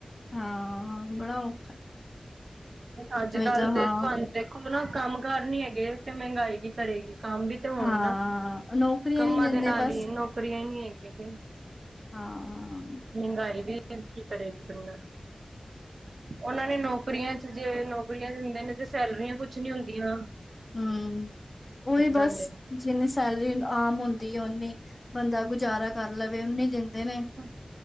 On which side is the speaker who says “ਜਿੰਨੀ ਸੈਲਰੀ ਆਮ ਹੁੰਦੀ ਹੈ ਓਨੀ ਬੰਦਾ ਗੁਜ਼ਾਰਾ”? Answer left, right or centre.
Left